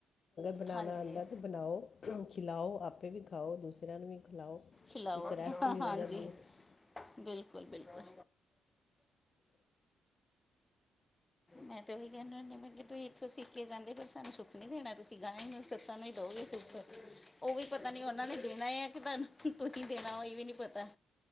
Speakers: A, on the left (about 55°); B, on the left (about 30°).
A: ਬਣਾਉਣਾ
B: ਹਾਂਜੀ
A: ਆਉਂਦਾ ਤੇ ਬਣਾਓ, ਖਿਲਾਓ ਆਪੇ ਵੀ ਖਾਓ, ਦੂਸਰਿਆਂ ਨੂੰ ਵੀ ਖਿਲਾਓ।
B: ਖਿਲਾਓ,
A: ਇੱਕ ਰੈਸਟ ਮਿਲ
B: ਹਾਂਜੀ
A: ਜਾਂਦੀ ਹੈ
B: ਬਿਲਕੁਲ-ਬਿਲਕੁਲ। ਮੈਂ ਤਾਂ ਉਹੀ ਕਹਿੰਦਾ ਹੁੰਦੀ ਮੈਂ ਕਿ ਤੁਸੀਂ ਇੱਥੋਂ ਸਿੱਖ ਕੇ ਜਾਂਦੇ ਪਰ ਸਾਨੂੰ ਸੁੱਖ ਨੀ ਦੇਣਾ। ਤੁਸੀ ਗਾਏ ਗੇ ਸੱਸਾਂ ਨੂੰ ਹੀ ਦਿਓਗੇ ਸੁੱਖ। ਉਹ ਵੀ ਪਤਾ ਨੀ ਉਹਨਾਂ ਨੇ ਦੇਣਾ ਆ ਕਿ ਤੁਹਾਨੂੰ ਤੁਸੀ ਦੇਣਾ ਇਹ ਵੀ ਨੀ ਪਤਾ।